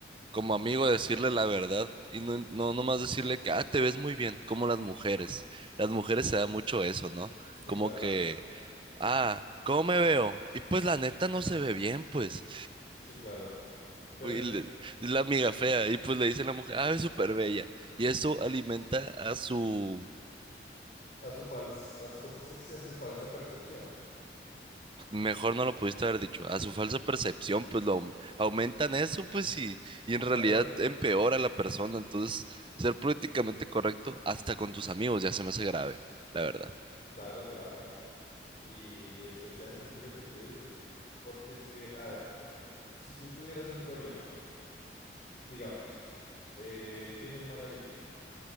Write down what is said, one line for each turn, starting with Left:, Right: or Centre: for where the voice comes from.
Right: como amigo decirle la verdad y no, no nomás decirle que, ah, te ves muy bien, como las mujeres. Las mujeres se da mucho eso, ¿no?
Left: sí,
Right: Como
Left: claro,
Right: que, ah, ¿cómo me veo? Y pues la neta no se ve bien, pues.
Left: sí, claro. Pero
Right: Güey,
Left: entonces...
Right: le- es la amiga fea. Y pues le dice la mujer, ah, es súper bella. Y eso alimenta a su,
Left: a su falsa, <laughs> ¿cómo se dice? A su falsa percepción.
Right: mejor no lo pudiste haber dicho, a su falsa percepción, pues lo aum- aumentan eso, pues y, y en realidad
Left: Claro,
Right: empeora a la persona. Entonces, ser políticamente correcto hasta con tus amigos ya se me hace grave, la verdad.
Left: claro, es grave. Y especialmente lo que tú dices, porque es que, a ver, si tú tuvieras un problema, digamos, eh, tienes mal aliento